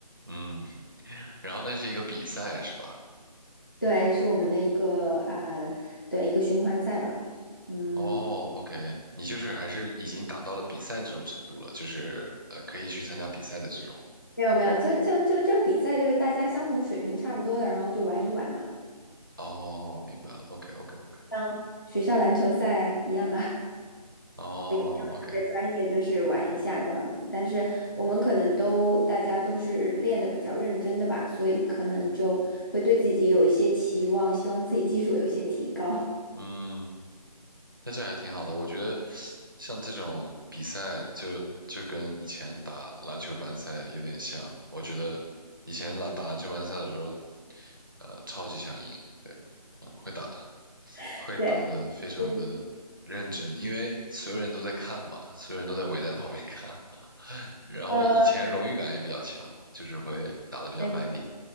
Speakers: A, on the right (about 30°); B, on the left (about 30°).
A: 嗯，<laughs> 然后那是一个比赛是吧？
B: <laughs> 对，是我们的一个啊、对，一个循环赛吧。嗯，
A: 哦，OK，你就是还是已经达到了比赛这种程度了，就是呃可以去参加比赛的这种。
B: 没有没有，就就就这比赛就是大家相同水平差不多的，然后就玩一玩嘛，
A: 哦，明白了。OK，OK，OK。
B: 像学校篮球赛一样啊，
A: 哦哦，OK，
B: <laughs> 特别专业就是玩一下这样子。但是我们可能都大家都是练的比较认真的吧，所以可能就会对自己有一些期望，希望自己技术有一些提高。
A: 嗯，那这还挺好的。我觉得像这种比赛就，就跟以前打篮球班赛有点像。我觉得以前打打篮球班赛的时候，呃，超级想赢，对，嗯会打，
B: <laughs>
A: 会打得非常的认真，
B: 对，嗯，
A: 因为所有人都在看嘛，所有人都在围在旁边看。<laughs> 然后以前荣誉感也比较强，
B: 呃，
A: 就是会打得比较卖力。
B: 没